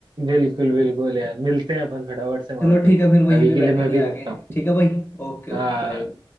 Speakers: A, on the right; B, on the left.
A: बिल्कुल बिल्कुल यार मिलते हैं अपन फटाफट से वहां
B: चलो
A: पे
B: ठीक है फिर वहीं
A: अभी
B: पे
A: के
B: बैठेंगे
A: लिए मैं भी
B: आगे
A: रखता हूँ
B: ठीक है भाई ओके
A: हाँ
B: बाय